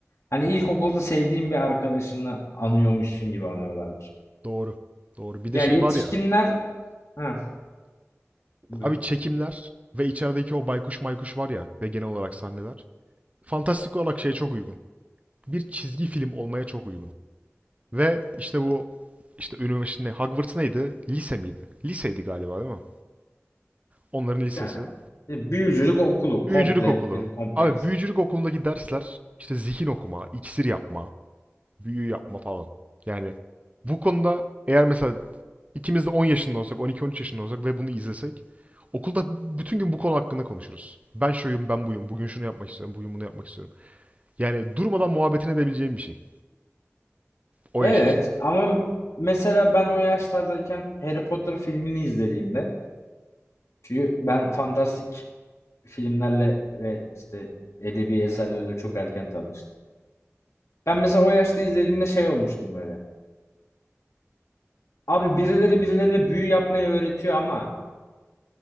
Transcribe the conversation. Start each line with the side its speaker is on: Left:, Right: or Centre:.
Left: Hani ilkokulda sevdiğin bir arkadaşını anıyormuşsun gibi anıyorlardır.
Right: Doğru. Doğru. Bir de
Left: Ya
Right: şey
Left: yetişkinler
Right: var ya.
Left: ha, buyur.
Right: Abi çekimler ve içerideki o baykuş maykuş var ya ve genel olarak sahneler. Fantastik olarak şeye çok uygun. Bir çizgi film olmaya çok uygun. Ve işte bu işte üniversite ne- Hogwarts neydi? Lise miydi? Liseydi galiba değil mi? Onların lisesi.
Left: Yani, büyücülük okulu
Right: Büyücülük
Left: komple
Right: okulu.
Left: bir kompleks.
Right: Abi büyücülük okulundaki dersler işte zihin okuma, iksir yapma, büyü yapma falan. Yani bu konuda eğer mesela ikimiz de 10 yaşında olsak, 12-13 yaşında olsak ve bunu izlesek okulda bütün gün bu konu hakkında konuşuruz. Ben şuyum, ben buyum. Bugün şunu yapmak istiyorum, bugün bunu yapmak istiyorum. Yani durmadan muhabbetini edebileceğim bir şey. O
Left: Evet
Right: yaş için.
Left: ama mesela ben o yaşlardayken Harry Potter filmini izlediğimde çünkü ben fantastik filmlerle ve işte edebi eserlerle çok erken tanıştım. Ben mesela o yaşta izlediğimde şey olmuştum böyle. Abi birileri birilerine büyü yapmayı öğretiyor ama